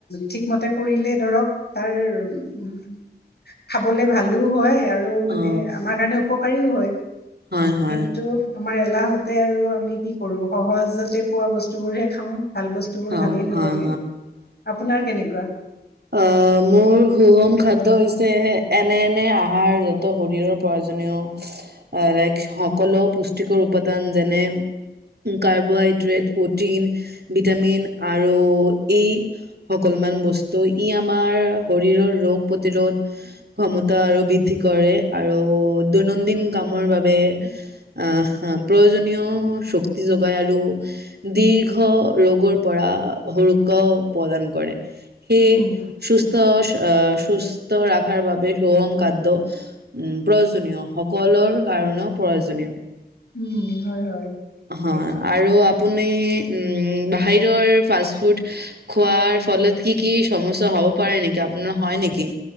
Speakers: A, on the left; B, on the right.
A: ঠিকমতে কৰিলে ধৰক তাৰ উ খাবলে ভালো হয়, আৰু মানে
B: অ
A: আমাৰ কাৰণে উপকাৰীও হয়
B: হয় হয়
A: কিন্তু আমাৰ এলাহতে আৰু আমি কি সৰু সহজতে পোৱা বস্তুবোৰ হে খাওঁ ভাল বস্তু বোৰ
B: অ
A: ভালেই নালাগে
B: হয়
A: আপোনাৰ কেনেকুৱা
B: আহ মোৰ সুষম খাদ্য হৈছে এনে এনে আহাৰ য'ত শৰীৰৰ প্ৰয়োজনীয় লাইক সকলো পুষ্টিকৰ উপাদান যেনে কাৰ্বহাইড্ৰেট প্ৰটিন ভিটামিন আৰু এই সকলোমান বস্তু তই ই আমাৰ শৰীৰৰ ৰোগ প্ৰতিৰোধ ক্ষমতা আৰু বৃদ্ধি কৰে আৰু দৈনন্দিন কামৰ বাবে আহ প্ৰয়োজনীয় শক্তি যোগায় আৰু দীৰ্ঘ ৰোগৰ পৰা সুৰক্ষা প্ৰদান কৰেদ। হে
A: উম
B: সুস্থ আহ সুস্থ ৰখাৰ বাবে সূষম খাদ্য উ প্ৰয়োজনীয় সকলৰ কাৰণেও প্ৰয়োজনীয়
A: উম! হয়, হয়,
B: হয়,
A: সেইটো
B: আৰু আপুনি উম! বাহিৰৰ ফাষ্টফুড খোৱাৰ ফলত কি, কি সমস্যা হ'ব পাৰে নেকি, আপোনাৰ হয় নেকি?